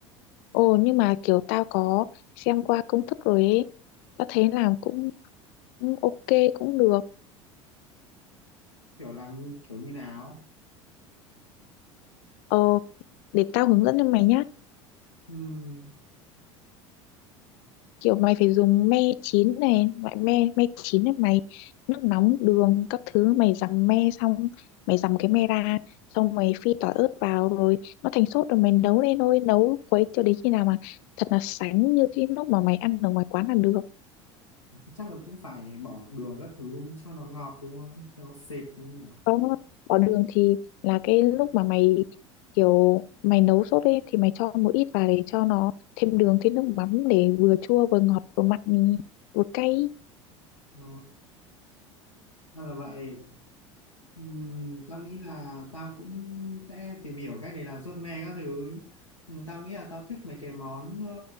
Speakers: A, on the left; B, on the left.
A: ồ nhưng mà kiểu tao có xem qua công thức rồi ấy tao thấy làm cũng cũng ok cũng được
B: Kiểu làm kiểu như nào?
A: Ờ, để tao hướng dẫn cho mày nhá.
B: Ừm,
A: Kiểu mày phải dùng me chín này, loại me me chín này mày nước nóng, đường các thứ mày dằm me xong, mày dằm cái me ra, xong mày phi tỏi ớt vào rồi nó thành sốt rồi mày nấu lên thôi, nấu quấy cho đến khi nào mà thật là sánh như cái lúc mà mày ăn ở ngoài quán là được.
B: ờ, thế chắc là cũng phải bỏ đường các thứ cho nó ngọt đúng không? Cho nó sệt đúng không nhỉ?
A: Có bỏ đường thì là cái lúc mà mày kiểu mày nấu sốt ấy thì mày cho một ít vào để cho nó thêm đường thêm nước mắm để vừa chua vừa ngọt vừa mặn vừa cay
B: Ồ, ra là vậy. Ừm, tao nghĩ là tao cũng sẽ tìm hiểu cách để làm suất me các thứ Ừm, tao nghĩ là tao thích mấy cái món ờ,